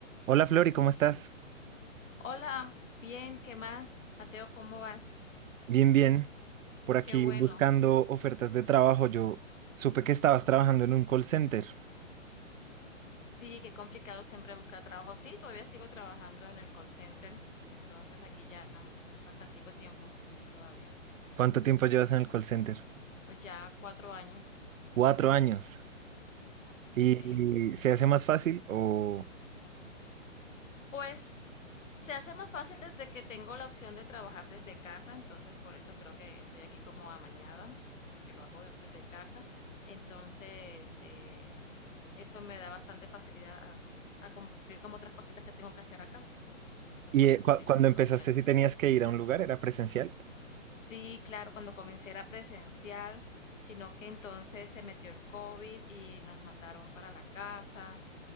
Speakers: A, on the right; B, on the left.
A: Hola Flori, ¿cómo estás?
B: Hola, bien, ¿qué más? Mateo, ¿cómo vas?
A: Bien, bien. Por aquí
B: Qué bueno.
A: buscando ofertas de trabajo. Yo supe que estabas trabajando en un call center.
B: Sí, qué complicado siempre buscar trabajo. Sí, todavía sigo trabajando en el call center, entonces aquí ya bastantico tiempo todavía.
A: ¿Cuánto tiempo llevas en el call center?
B: Pues ya cuatro años.
A: Cuatro años. ¿Y
B: Sí.
A: se hace más fácil o...
B: Pues se hace más fácil desde que tengo la opción de trabajar desde casa, entonces por eso creo que estoy aquí como amañada, porque lo hago desde casa. Entonces, eh, eso me da bastante facilidad a a cumplir como otras cositas que tengo que hacer acá. Entonces,
A: ¿Y
B: por
A: eh,
B: eso
A: cu-
B: sí,
A: cuando empezaste
B: fue con él.
A: si tenías que ir a un lugar? ¿Era presencial?
B: Sí, claro, cuando comencé era presencial, sino que entonces se metió el COVID y nos mandaron para la casa.